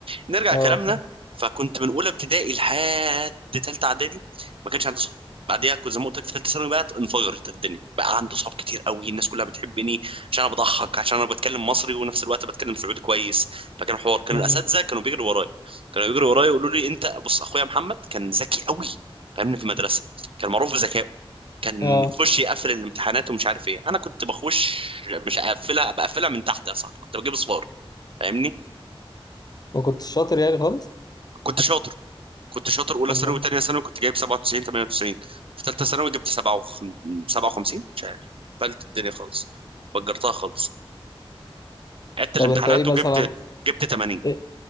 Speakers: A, on the right (about 65°); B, on the left (about 40°).
A: نرجع
B: اه
A: كلامنا
B: فاهم.
A: فكنت من اولى ابتدائي لحد ثالثه اعدادي ما كانش عندي صحاب بعديها كنت زي ما قلت لك في ثالثه ثانوي بقى انفجرت الدنيا بقى عندي صحاب كتير قوي الناس كلها بتحبني عشان انا بضحك عشان انا بتكلم مصري ونفس الوقت بتكلم سعودي كويس فكان حوار كانوا
B: مم.
A: الاساتذه كانوا بيجروا ورايا كانوا بيجروا ورايا يقولوا لي انت بص اخويا محمد كان ذكي قوي فاهمني في المدرسه كان معروف بذكائه كان
B: اه
A: يخش يقفل الامتحانات ومش عارف ايه انا كنت بخش مش اقفلها بقفلها من تحت يا صاحبي كنت بجيب اصفار فاهمني
B: وكنت شاطر يعني خالص؟
A: كنت شاطر كنت شاطر اولى
B: أمال.
A: ثانوي وثانيه ثانوي كنت جايب 97 98 في ثالثه ثانوي جبت 57 57 مش عارف قفلت الدنيا خالص فجرتها خالص عدت الامتحانات
B: طب انت ايه مثلا
A: وجبت جبت 80
B: ايه